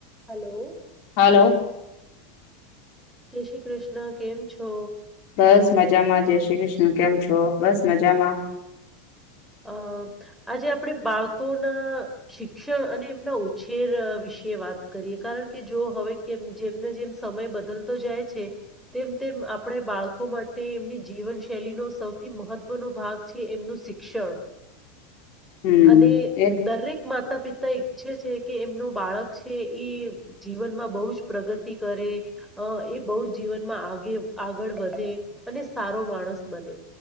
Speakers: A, in the centre; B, on the left.
A: હલો
B: હાલો
A: જય શ્રી કૃષ્ણ કેમ છો
B: બસ મજામાં જય શ્રી કૃષ્ણ કેમ છો બસ મજામાં
A: અ આજે આપણેે બાળકોના શિક્ષણ અને એમના ઉછેર વિશે વાત કરીએ કારણ કે જો હવેમ જેમને જેમ સમય બદલતો જાય છે તેમ તેમ આપણે બાળકો માટે એમની જીવન શૈલીનો સૌથી મહત્વનો ભાગ છે એમનું શ શિક્ષણ
B: હમ
A: અને
B: એ
A: દરેક માતા પિતા એક ઈચ્છે છે કે એમનું બાળક છે એ જીવનમાં બહુ જ પ્રગતિ કરે અ એ બહુ જીવનમાં આગે આગળ વધે અને સારો માણસ બને